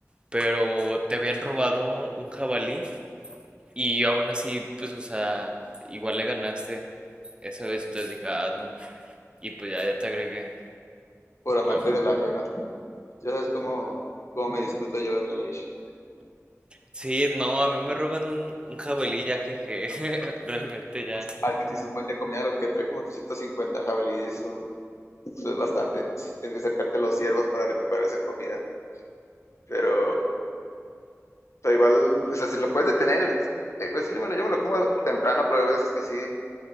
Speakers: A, on the right; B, on the left.
A: pero te habían robado un jabalí y aún así, pues, o sea, igual le ganaste esa vez, entonces dije, ah, no, y pues ya, ya te agregué.
B: por amante
A: Eh.
B: de lo ajeno. Ya sabes cómo, cómo me discuto yo en el Age.
A: Sí, no, a mí me roban un, un jabalí ya, jeje, <laughs> realmente ya.
B: Ah, que sí es un buen de comida, lo que trae como 350 jabalíes, un Eso es bastante. Sí, tienes que acercarte a los ciervos para recuperar esa comida. Pero, pero igual, o sea, si lo puedes detener, eh, eso yo me lo, yo me lo como temprano, pero a veces que sí,